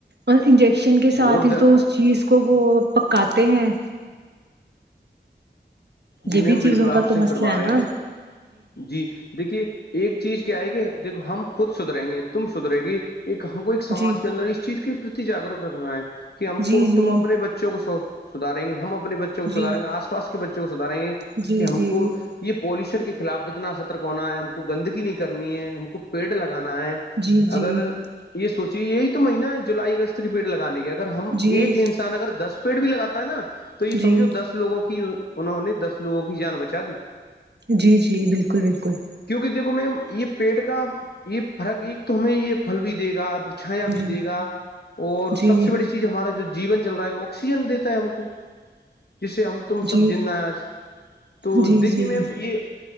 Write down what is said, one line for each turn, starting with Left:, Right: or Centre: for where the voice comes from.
Right: اور انجیکشن کے ساتھ
Left: بہت
Right: ہی
Left: زیادہ
Right: تو چیز کو وہ پکاتے ہیں
Left: جی
Right: یہ
Left: میم
Right: بھی
Left: بالکل
Right: چیزوں
Left: آپ
Right: کا تو
Left: صحیح
Right: مسئلہ
Left: فرما
Right: ہے
Left: رہے
Right: نا
Left: ہیں جی دیکھیے ایک چیز کیا آئے کہ دیکھو ہم خود سدریں گے تم سدھرے گی ایک ہم کو ایک سماج
Right: جی
Left: کے اندر اس چیز کے پرتی جاگروک رکھنا ہے کہ ہم
Right: جی
Left: کو تم اپنے بچے بچوں کو سدھاریں گے ہم اپنے بچوں کو
Right: جی
Left: سدھاریں گے آس پاس کے بچوں کو سدھاریں گے
Right: جی
Left: کہ ہم
Right: جی جی
Left: کو یہ پالوشن کے خلاف کتنا سترک ہونا ہے ہم کو گندگی نہیں کرنی ہے ہم کو پیڑ لگانا ہے
Right: جی جی
Left: اگر یہ سوچی یہی تو مہینہ جولائی اگست کے پیڑ لگانے کے اگر ہم
Right: جی
Left: ایک انسان اگر دس پیڑ بھی لگاتا ہے نا تو یہ سمجھو
Right: جی
Left: دس لوگوں کی انہوں نے دس لوگوں کی جان بچا دی
Right: جی جی بالکل بالکل
Left: کیونکہ دیکھو میم یہ پیٹ کا یہ فرق ایک تو ہمیں یہ پھل بھی دے گا چھایا بھی
Right: جی
Left: دے گا اور
Right: جی
Left: سب سے بڑی چیز ہمارا جو جیون چل رہا ہے وہ آکسیجن دیتا ہے ہم کو جس سے ہم تم سے
Right: جی
Left: سب جندا ہے آج تو
Right: جی
Left: دیکھیے
Right: جی
Left: میم یہ